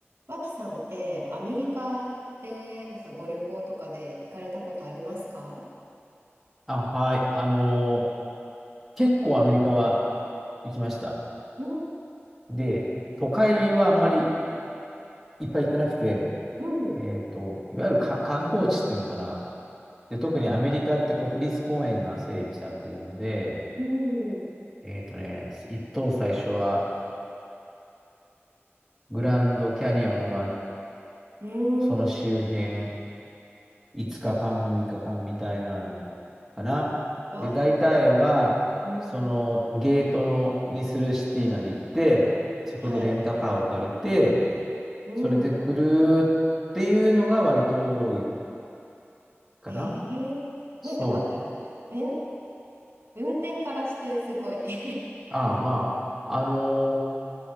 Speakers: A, on the right (about 70°); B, in the centre.
A: 脇さんってアメリカってなんかご旅行とかで行かれたことありますか
B: あ、はい。あのー結構アメリカは行きました。
A: うん
B: で、都会はあんまりいっぱい行ってなくて、
A: うん
B: えっと、いわゆるか観光地っていうのかな。で、特にアメリカって国立公園が整備されているので、
A: うん
B: えっとね、一等最初はグランドキャニオン
A: う
B: その周辺
A: ん
B: 5日間、6日間みたいなのかな。
A: わあ
B: で、大体は、
A: うん
B: そのゲートにするシティまで行って、そこでレンタカーを借りて、
A: はいうん
B: それでぐるーっていうのが割と多いかな。
A: えー、
B: そう。
A: なんかまずれん運転からしてすごい <laughs>
B: ああ、まあ、あのー